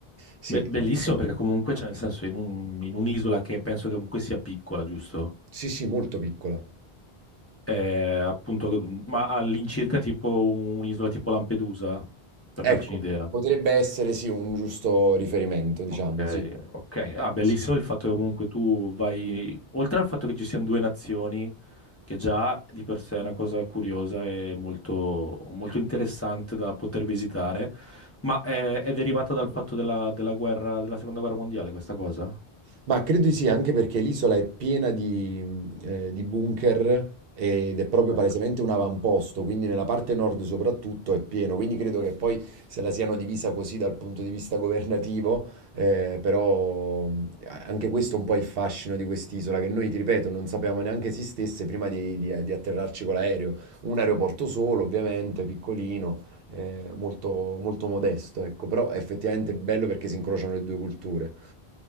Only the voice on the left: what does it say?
be-
bellissimo perché comunque c'è nel senso in un- in un'isola che penso che comunque sia piccola, giusto?
È appunto, ma all'incirca tipo un'isola tipo Lampedusa, per
darci un'idea.
Ok,
ok. Ah, bellissimo
il fatto che comunque tu vai, oltre al fatto che ci siano due nazioni, che già di per sé è una cosa curiosa e molto, molto interessante da poter visitare, ma è, è derivata dal fatto della, della guerra, della seconda guerra mondiale questa cosa?
Ah.